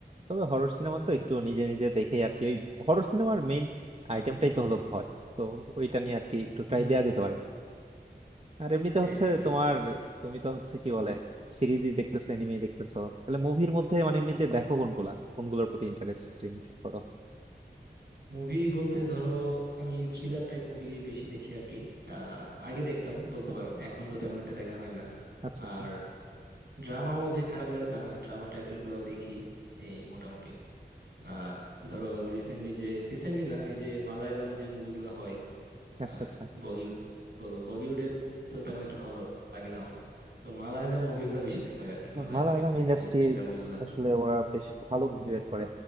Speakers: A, on the right; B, on the right.
A: তবে হরর সিনেমা তো একটু নিজে নিজে দেখে আর কি ওই হরর সিনেমার মেইন আইটেমটাই তো হলো ভয় তো ওইটা নিয়ে আর কি একটু
B: হুম
A: ট্রাই দেওয়া
B: হুম
A: যেতে পারে আর এমনিতে
B: হ্যাঁ
A: হচ্ছে
B: হ্যাঁ ঠিক
A: তোমার
B: বলছো
A: তুমি তো হচ্ছে কি বলে সিরিজই দেখতেছো এনিমে দেখতেছো তাহলে মুভির মধ্যে মানে এমনিতে দেখো কোনগুলা কোনগুলোর প্রতি ইন্টারেস্টিং ফিল করো
B: মুভি বলতে ধরো আমি থ্রিলার টাইপ মুভি বেশি দেখি আর কি আহ আগে দেখতাম বলতে পারো এখন তো তেমন একটা দেখা হয় না
A: আচ্ছা আচ্ছা
B: আর ড্রামাও যে খারাপ লাগে তা না ড্রামা টাইপের গুলাও দেখি এই মোটামুটি আর ধরো রিসেন্টলি যে রিসেন্টলি না এই যে মালায়ালাম যে মুভিগুলো হয় আহ,
A: আচ্ছা আচ্ছা
B: বলিউড বলো বলিউডে তো তেমন একটা ভালো লাগে না আমার তো মালায়ালাম মুভিগুলো বেশি দেখা হয় আর কি মালায়ালামে
A: মালায়ালাম ইন্ডাস্ট্রি
B: যে থ্রিলার মুভিগুলো আছে
A: আসলে ওরা বেশ ভালো মুভি বের করে